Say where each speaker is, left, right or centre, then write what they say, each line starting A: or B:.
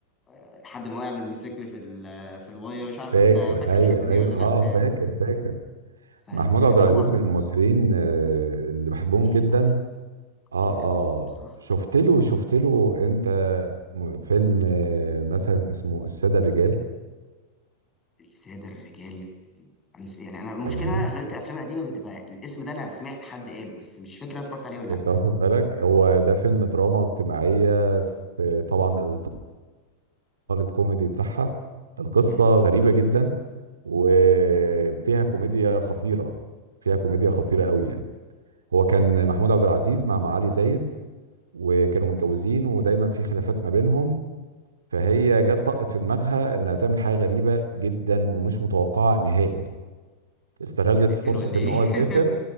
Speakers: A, on the left; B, on the right.
A: لحد ما وقع بالموتوسيكل في ال- في الميه مش عارف
B: فاكر
A: انت فاكر
B: ايوه
A: الحته دي
B: ايوه
A: ولا لا
B: اه
A: يعني
B: فاكر فاكر
A: فال-
B: محمود
A: فاللي
B: عبد العزيز
A: هو
B: من المصريين آه، اللي بحبهم
A: تقيل
B: جدا
A: قوي
B: اه
A: تقيل قوي
B: اه
A: بصراحه
B: شفت له شفت له انت م- فيلم آه، مثلا اسمه الساده الرجال
A: الساده الرجال أنا س- يعني انا المشكله
B: تمام
A: إن انا اغلبيه الافلام القديمه بتبقى الاسم ده انا سمعت حد قاله بس مش فاكر انا اتفرجت عليه ولا لا
B: انت واخد بالك هو ده فيلم دراما اجتماعيه في طبعا الاطار الكوميدي بتاعها القصه
A: مم.
B: غريبه جدا وفيها كوميديا خطيره فيها كوميديا خطيره قوي يعني هو كان محمود عبد العزيز مع معالي زايد وكانوا متجوزين ودايما في خلافات ما بينهم فهي جت طقت في دماغها انها تعمل حاجه غريبه جدا ومش متوقعه نهائي استغلت
A: هتقتله
B: فرصه
A: ولا ايه
B: ان هو
A: <laughs>
B: سافر